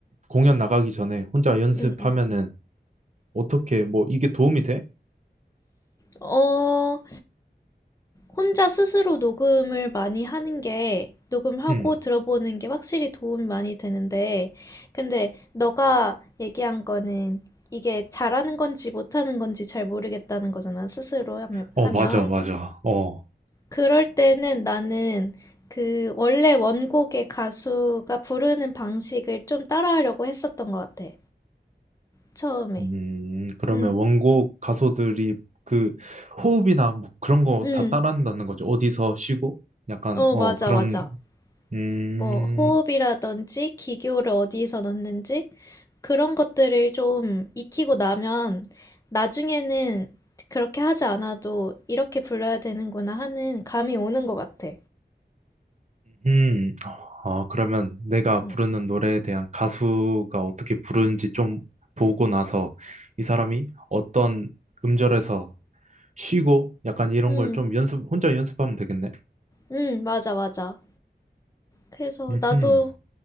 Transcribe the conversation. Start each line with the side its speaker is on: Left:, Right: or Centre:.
Right: 공연 나가기 전에 혼자 연습하면은
Left: 음, 음. 음.
Right: 어떻게 뭐 이게 도움이 돼?
Left: 어, 혼자 스스로 녹음을 많이 하는 게, 녹음하고
Right: 음.
Left: 들어보는 게 확실히 도움이 많이 되는데, 근데 너가 얘기한 거는 이게 잘하는 건지 못하는 건지 잘 모르겠다는 거잖아, 스스로 하면.
Right: 어,
Left: 하면.
Right: 맞아, 맞아. 어.
Left: 그럴 때는 나는 그 원래 원곡의 가수가 부르는 방식을 좀 따라하려고 했었던 것 같아. 처음에.
Right: 음, 그러면
Left: 응,
Right: 원곡 가수들이 그 호흡이나 뭐 그런 거
Left: 응.
Right: 다 따라한다는 거죠. 어디서 쉬고 약간
Left: 어,
Right: 어
Left: 맞아,
Right: 그런
Left: 맞아.
Right: 음.
Left: 뭐, 호흡이라든지 기교를 어디서 넣는지 그런 것들을 좀 익히고 나면 나중에는 그렇게 하지 않아도 이렇게 불러야 되는구나 하는 감이 오는 것 같아.
Right: 음. 아, 그러면 내가
Left: 응,
Right: 부르는 노래에 대한 가수가 어떻게 부르는지 좀 보고 나서 이 사람이 어떤 음절에서 쉬고 약간 이런
Left: 응,
Right: 걸 좀 연습 혼자 연습하면 되겠네.
Left: 응, 맞아, 맞아. 그래서
Right: 음.
Left: 나도